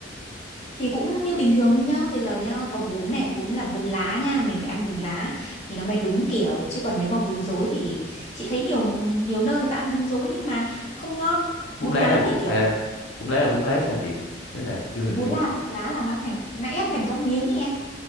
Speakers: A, on the left (about 35°); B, on the left (about 75°).
A: thì cũng như bình thường thôi nhá bây giờ nhá có bún này bún là bún lá nha mình phải ăn bún lá thì nó mới đúng kiểu chứ còn nếu mà bún rối thì chị thấy nhiều nhiều nơi người ta ăn bún rối nhưng mà không ngon
B: Bún
A: bún
B: lá
A: lá
B: là bún
A: thì
B: xào,
A: kiểu
B: bún lá là bún lá sao chị? Thế là chưa hình
A: bún
B: dung được
A: lá lá là nó thành nó ép thành các miếng ấy em